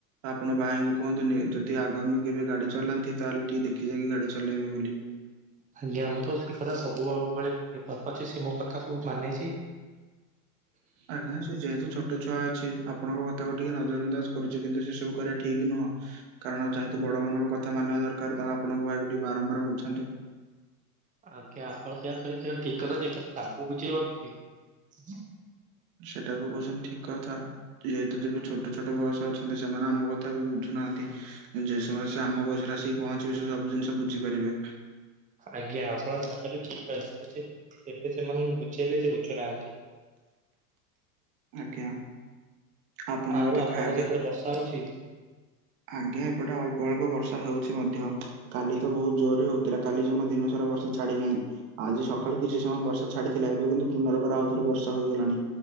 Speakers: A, on the right; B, on the right.
A: ଆପଣ ଭାଇଙ୍କୁ କୁହନ୍ତୁ ନି- ଯଦି ଆଗାମୀ କେବେ ଗାଡ଼ି ଚଳାନ୍ତି ତାହେଲେ ଟିକେ ଦେଖି ଚାହିଁକି ଗାଡ଼ି ଚଳେଇବେ ବୋଲି।
B: ଆଜ୍ଞା ମୁଁ ତ ସେ କଥା ସବୁବ ବେଳେ କୁହେ ପ-ପଛେ ସିଏ ମୋ କଥା କୁ ମାନିଛି।
A: ହେଲେ ସେ ଯେହେତୁ ଛୋଟ ଛୁଆ ଅଛି ଆପଣଙ୍କ କଥାକୁ ଟିକେ ନଜର ଅନ୍ଦାଜ କରୁଛି, କିନ୍ତୁ ସେ ସବୁ କରିବା ଠିକ୍ ନୁହଁ। କାରଣ ଯେହେତୁ ବଡ଼ ମାନଙ୍କ କଥା ମାନିବା ଦରକାର ତାହା ଆପଣଙ୍କ ଭାଇ ଟିକେ ବାରମ୍ବାର ବୁଝାନ୍ତୁ।
B: ଆଜ୍ଞା ଆପଣ ଯାହା କହିଲେ ସେଟା ଠିକ୍ କଥା ଯେ କିନ୍ତୁ ତାକୁ ବୁଝେଇବ କିଏ।
A: ସେଟା ବି କହୁଛନ୍ତି ଠିକ୍ କଥା। ଯେହେତୁ ଯେବେ ଛୋଟ ଛୋଟ ବୟସ ଅଛନ୍ତି ସେମାନେ ଆମ କଥା ଏବେ ବୁଝୁ ନାହାନ୍ତି। ଯଉ ସମୟରେ ସେ ଆମ ବୟସରେ ଆସିକି ପହଞ୍ଚିବେ, ସେ ସବୁ ଜିନିଷ ବୁଝିପାରିବେ।
B: ଆଜ୍ଞା। ଆପଣ ଯାହା କହିଲେ ଠିକ୍ କହିଲେ। ଏବେ ସେମାନଙ୍କୁ ବୁଝେଇଲେ ସେ ବୁଝୁନାହାନ୍ତି।
A: ଆଜ୍ଞା। ଆପଣ
B: ଆଉ
A: ଏବେ ତ
B: ଆପଣଙ୍କର
A: ଖାଇବା ପିଇବା
B: ସେପଟେ ବର୍ଷା ହଉଚି।
A: ଆଜ୍ଞା। ଏପଟେ ଅଳ୍ପ ଅଳ୍ପ ବର୍ଷା ହେଉଚି ମଧ୍ୟ। କାଲି ତ ବହୁତ ଜୋରରେ ହଉଥିଲା। କାଲି ଜମା ଦିନରେ ସାରା ବର୍ଷା ଛାଡ଼ି ନାହିଁ। ଆଜି ସକାଳୁ କିଛି ସମୟ ବର୍ଷା ଛାଡ଼ି ଥିଲା। ଏବେ କିନ୍ତୁ ପୁନର୍ବାର ଆଉ ଥରେ ବର୍ଷା ହୋଇଗଲାଣି।